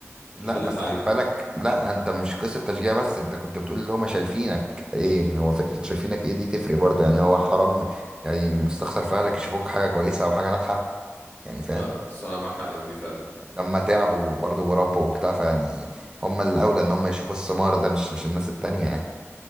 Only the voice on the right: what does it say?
لا
بس
خد بالك لا انت مش قصة تشجيع بس انت كنت بتقول اللي هما شايفينك ايه هو فكرة شايفينك ايه دي تفرق برضه يعني هو حرام يعني مستخسر في اهلك يشوفوك حاجة كويسة او حاجة ناجحة يعني فاهم
لما تعبوا برضه وربوا وبتاع فيعني هم الأولى إن هم يشوفوا الثمار ده مش مش الناس التانية يعني